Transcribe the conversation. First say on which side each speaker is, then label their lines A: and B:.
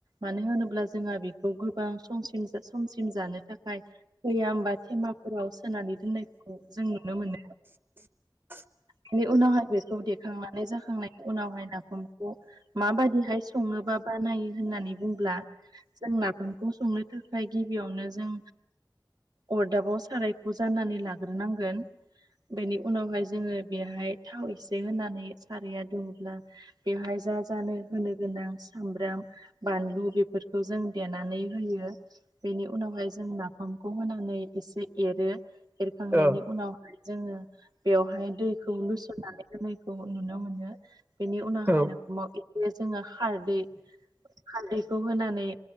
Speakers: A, on the right (about 60°); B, on the right (about 25°).
A: मानो होनोब्ला जोंहा बेखौ गोबां समसिम समसिम जानो थाखाय भैयाम बा थेमाफोराव सोनानै दोननायखौ खौ जों नुनो मोनो।
B: <inaudible>
A: बेनि उनावहाय बेखौ देखांनानै जाखांनायनि उनावहाय नाफामखौ मा बादिहाय सङोबा बानायो होननानै बुंब्ला जों नाफामखौ संनो थाखाय गिबियावनो जों अरदाबाव सारायखौ जाननानै लाग्रोनांगोन बेनि उनावहाय जोङो बेहाय थाव एसे होनानै साराया दुङोब्ला बेवहाय जा जानो होनो गोनां सामब्राम बानलु बेफोरखौ जों देनानै होयो। बेनि उनावहाय जोंङ नाफामखौ होनानै एसे एरो एरखांनायनि
B: औ
A: उनावहाय जोङो बेवहाय दैखौ लुसननानै होन खौ नुनो मोनो बेनि उनावहाय
B: औ
A: रखाव बे जोङो खारदै खारदैखौ होनानै